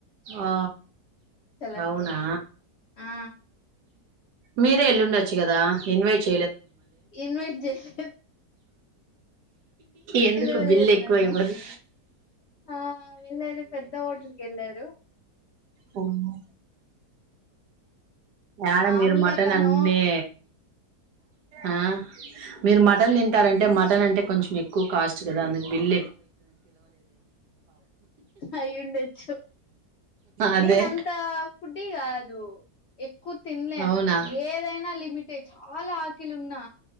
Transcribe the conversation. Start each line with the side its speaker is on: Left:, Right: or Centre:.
Right: ఆ
Left: అని
Right: అవునా
Left: ఆ
Right: మీరే ఎల్లుండొచ్చు కదా ఇన్వైట్ చే
Left: ఇన్వైట్ చేయలేదు
Right: ఎందుకు
Left: పిలవలేదు
Right: బిల్ ఎక్కువ
Left: నన్ను
Right: అయిపోదు
Left: ఆ వెళ్ళెది పెద్ద హోటల్కి యెళ్ళారు
Right: అవునా యాడ
Left: మామూలుగా
Right: మీరు మటన్
Left: తను
Right: అన్నీ ఆ మీరు మటన్ తింటారంటే మటన్ అంటే కొంచెం ఎక్కువ కాస్ట్ కదా అందుకు బిల్
Left: అయి ఉండొచ్చు
Right: అదే
Left: నేను అంతా ఫుడ్డీ కాదు. ఎక్కువ తినలేను
Right: అవునా
Left: ఏదైనా లిమిటే చాలా ఆకిలున్నా